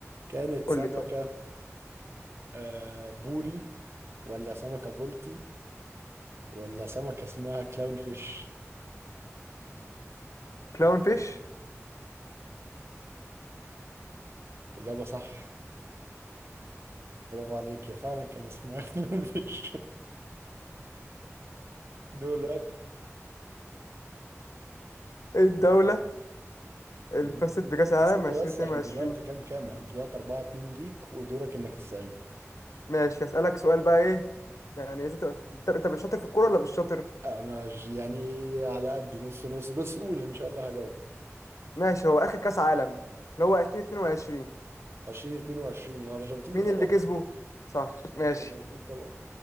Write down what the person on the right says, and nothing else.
كانت سمكة
آه بوري ولا سمكة بولتي ولا سمكة اسمها كلاون فيش
إجابة صح برافو عليك هي فعلا كان اسمها <laughs> كلاون فيش دول
<laughs>
<laughs>
استنى
بس احنا دلوقتي كام كام احنا دلوقتي أربعة اتنين ليك ودورك انك تسألني
انا ج- يعني على قدي نص نص بس قول ان شاء الله هجاوب
20 22 الارجنتين
طبعا
الارجنتين طبعا